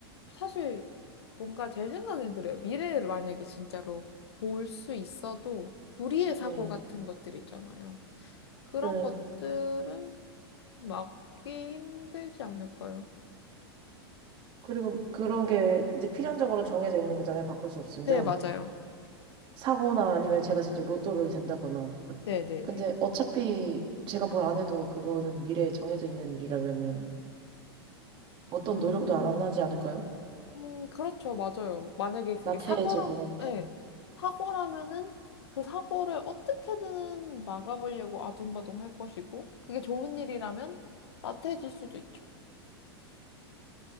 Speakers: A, on the left; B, on the right.
A: 사실 뭔가 제 생각엔 그래요. 미래를 만약에 진짜로 볼 수 있어도 불의의 사고
B: 네.
A: 같은 것들 있잖아요. 그런
B: 네.
A: 것들은 막기 힘들지 않을까요?
B: 그리고 그런 게 이제 필연적으로 정해져 있는 거잖아요. 바꿀 수 없으면.
A: 네, 맞아요.
B: 사고나 아니면 제가 진짜 로또를 된다거나.
A: 네, 네,
B: 근데
A: 네.
B: 어차피 제가 뭘 안 해도 그거는 미래에 정해져 있는 일이라면은 어떤
A: 음,
B: 노력도 안 하지 않을까요?
A: 음, 그렇죠. 맞아요. 만약에 그게
B: 나태해지고
A: 사고라면, 네,
B: 좀.
A: 사고라면은 그 사고를 어떻게든 막아보려고 아둥바둥 할 것이고, 그게 좋은 일이라면 나태해질 수도 있죠.